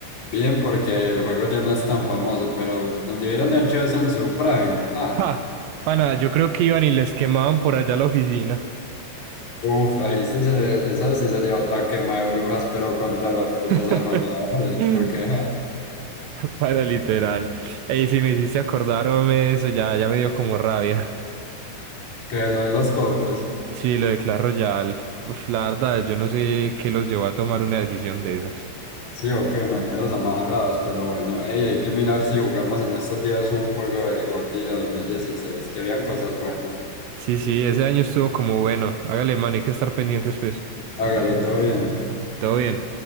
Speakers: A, on the left; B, on the right.
A: bien, porque el juego ya no es tan famoso, pero donde hubieran hecho eso en su prime. ah
B: Ja. Pana, yo creo que iban y les quemaban por allá la oficina.
A: Uf, ahí sí se, esa sí sería otra quema de brujas, pero contra los
B: <laughs>
A: desarrolladores, porque ja,
B: Para literal. Ey, si me hiciste acordarme de eso, ya, ya me dio como rabia.
A: que lo de los cofres,
B: Sí, lo de Clash Royale. Uf, la verdad, yo no sé qué los llevó a tomar una decisión de esas.
A: sí, o que me los amarrados, pero bueno, ey, hay que mirar si jugamos en estos días un juego del GOTY 2016, que habían cosas buenas.
B: Sí, sí, ese año estuvo como bueno. Hágale, mano, hay que estar pendientes, pues.
A: Hágale todo bien.
B: Todo bien.